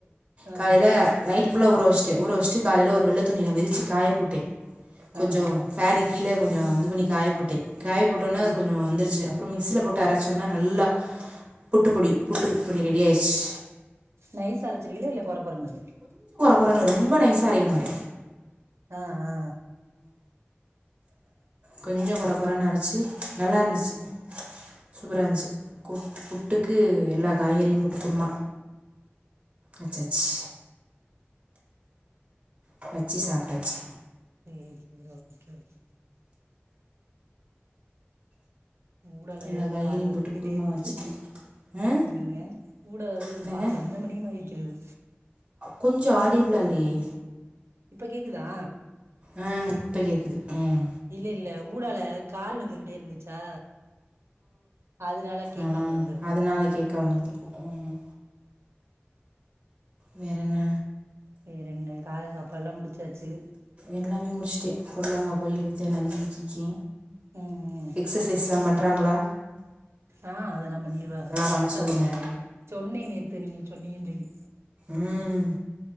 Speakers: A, on the right (about 80°); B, on the right (about 30°).
A: ஆ
B: காலையில நைட்டு ஃபுல்லா ஊற வச் ஷ்ட்டு ஊற வச்ட்டு காலைல ஒரு வெள்ள துணிய விரிச்சி காய போட்டே கொஞ்சோ
A: ஆ ஆ
B: ஃபேனு கீழ கொஞ்சோ இது பண்ணி காய போட்டே காய போட்டோன்னா
A: ஆ
B: அது கொஞ்சோ வந்துருச்சி அப்புறம் மிக்சியில போட்டு அரைச்சோன்னா நல்லா புட்டுப்பிடி புட்டு இப்படி ரெடி ஆயிருச்சு
A: நைசா அரசிருவீங்களா இல்ல குற குறனு <unintelligible>
B: குறன்னு ரொம்ப நைசா அரைக மாட்டே
A: ஆ ஆ
B: கொஞ்ச குற குறன்னு அரைச்சு நல்லா இருந்துச்சு சூப்பரா இருந்துச்சு புட் புட்டுக்கு எல்லா காய்கறியும் புட்டு குருமா அச்சசு பச்சி சாப்பாட்டுச்சு
A: <unintelligible> ஊடால வேற
B: எல்லா
A: ஒரு
B: காய்கறியும்
A: கால் வந்துகிட்டே
B: போட்டு குருமா
A: இருக்கு
B: வச்சுட்டு ஆ
A: எனக்குங்க ஊடால வேற ஒரு
B: என்னங்க
A: கால் வந்த மணிமா இருக்கிறது
B: கொஞ்சம் ஆடியபிளாக இல்லையே
A: இப்ப கேக்குதா
B: ஆ இப்ப கேக்குது ம்
A: இல்ல இல்ல ஊடால கால் வந்துகிட்டே இருந்துச்சா அதனால கேட்காம
B: ம்
A: இருந்திருக்கோ
B: அதனால் கேட்காம இருந்திருக்கும் ம் வேறான
A: வேற என்ன காலையில சாப்பிடல்லா முடிச்சாச்சு
B: எல்லாமே முடிச்சுட்டு பொடலங்கா போய் வீட்ல நரிக்கிட்டு வச்சாச்சு
A: ம் ம்
B: எக்சசைஸ் எல்லா பண் றாங்களா
A: ஆ அதெல்லா பண்ணிருவாங்க கரெக்டா
B: பண்ண சொல்லுங்கள்
A: அதெல்லா பண்ணிடுவாங்க சொன்னே நேத்து நீங்க சொன்னிங்க சொல்லி
B: ம்